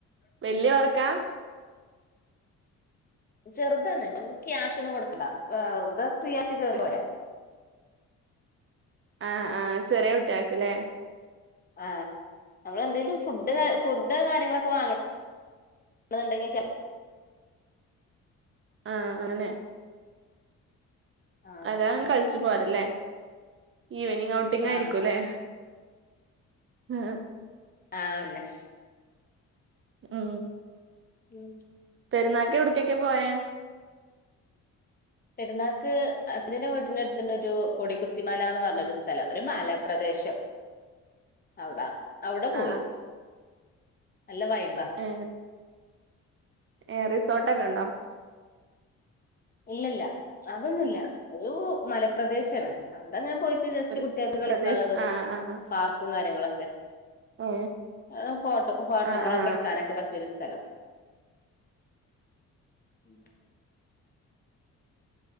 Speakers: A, on the right; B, on the left.
A: വല്ല്യ പാർക്കാ
B: ചെറുതാണ് നമു ക്യാഷ് ഒന്നും കൊടുക്കണ്ട വെറുത ഫ്രീ ആയി കേറി പോരാ
A: ആഹ് ആഹ് ചെറിയ കുട്ട്യാൾക്ക് അല്ലേ
B: ആഹ് നമ്മൾ എന്തേലും ഫുഡ് ഫുഡ് കാര്യങ്ങളൊക്കെ വാങ്ങണ്ടെങ്കിൽ കേ
A: ആഹ് അങ്ങനെ
B: ആഹ്
A: അതാന് കളിച്ചു പോരല്ലേ ഈവനിങ് ഔട്ടിങ് ആയിരിക്കുല്ലേ
B: ആഹ്
A: ആഹ്
B: ആണല്ലെ
A: ഉം
B: ഉം
A: പെരുന്നാൾക്ക് എവിടുക്കൊക്കെ പോയെ
B: പെരുന്നാൾക്ക് അസിന്റെ വീട്ടിന് അടുത്തന്ന് ഒരു കൊടിക്കുത്തിമാല എന്ന് പറഞ്ഞ ഒരു സ്ഥലം ഒരു മലപ്രദേശം അവിട അവിടെ പോയി
A: ആ
B: നല്ല വൈബാ
A: ഏ ഏ റിസോർട്ടൊക്കെണ്ടോ
B: ഇല്ലല്ല അതൊന്നുല്ല ഒരു മലപ്രദേശമാണ് അവിടെ ഞാൻ പോയിട്ട് ജസ്റ്റ്
A: ഒരു
B: കുട്ടികൾക്ക് കളിക്കാനുള്ളതും
A: പ്രദേശ് ആ ആ ആ
B: പാർക്കും കാര്യങ്ങളൊക്കെ
A: ഏ
B: ആ ഫോട്ടോ ഫോട്ടങ്ങളൊക്കെ
A: ആ ആ
B: എടുക്കാനൊക്കെ പറ്റിയൊരു സ്ഥലം ഉം